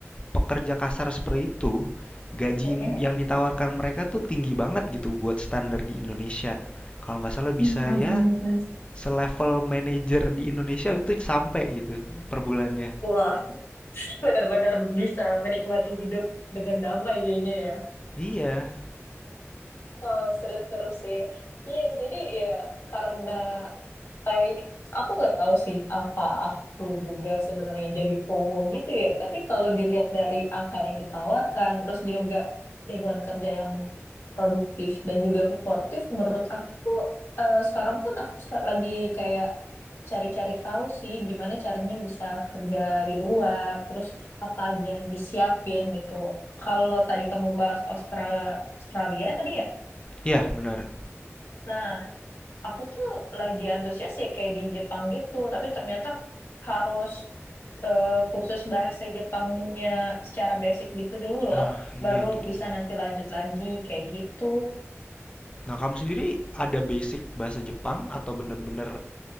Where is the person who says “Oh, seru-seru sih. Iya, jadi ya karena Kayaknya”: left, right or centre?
Left